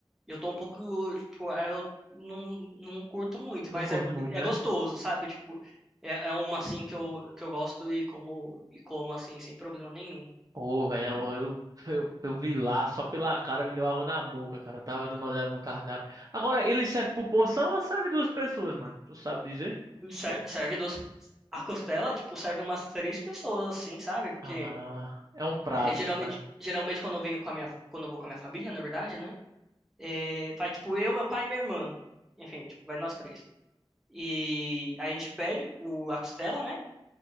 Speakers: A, in the centre; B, on the right.
A: Eu tô um pouco, tipo, é, eu não, não curto muito,
B: Não
A: mas
B: curto
A: é,
B: muito,
A: é
B: né?
A: gostoso, sabe? Tipo, é, é uma assim que eu, que eu gosto e como, e como assim, sem problema nenhum.
B: Pô, velho, eu,
A: E
B: eu, <laughs> eu, eu vi lá, só pela cara me deu água na boca, cara. Eu tava dando uma olhada no cardápio. Agora, ele serve por porção ou serve duas pessoas, mano? Tu sabe dizer?
A: ser-
B: Pô.
A: serve duas. A costela, tipo, serve umas três pessoas, assim, sabe? Porque
B: Ah, é um prato,
A: é, geralmente,
B: no caso.
A: geralmente quando eu venho com a minha, quando eu vou com a minha família, na verdade, né? É, vai, tipo, eu, meu pai e minha irmã. Enfim, tipo, vai nós três. E aí a gente pede o, a costela, né?